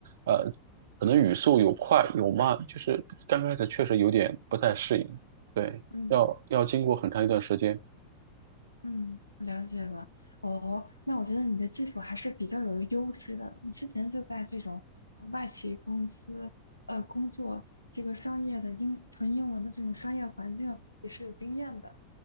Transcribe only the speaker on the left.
嗯
嗯，了解了。哦，那我觉得你的技术还是比较有优势的。你之前就在这种外企公司呃工作，这个商业的英纯英文的这种商业环境也是有经验的。